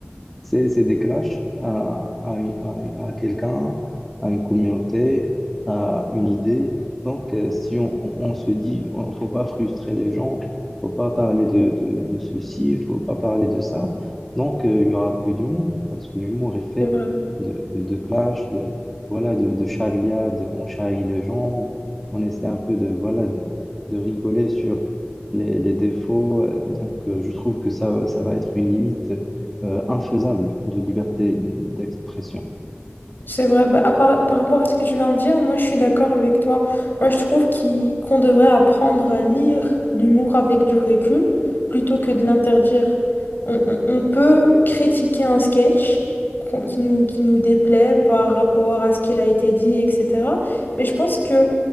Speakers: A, in the centre; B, on the left (about 50°).
A: c'est c'est des clashs à, à, une- à une- à quelqu'un, à une communauté, à une idée. Donc, euh, si on, on- on se dit, ne faut pas frustrer les gens, faut pas parler de, de, de ceci, faut pas parler de ça, donc euh, il y aura plus d'humour, parce que l'humour est fait
B: C'est vrai.
A: de, de, de clash, de, voilà, de, de charriade, on charrie les gens, on essaie un peu de, voilà, de, de rigoler sur les, les défauts. euh, Donc, euh, je trouve que ça, ça va être une limite euh, infaisable de liberté d'expression.
B: C'est vrai, bah, à par, par rapport à ce que tu viens de dire, moi je suis d'accord avec toi. Moi je trouve qu'il- qu'on devrait apprendre à lire l'humour avec du recul plutôt que de l'interdire. On, on- on peut critiquer un sketch qu'on- qui nous, qui nous déplaît par rapport à ce qu'il a été dit, etc. Mais je pense que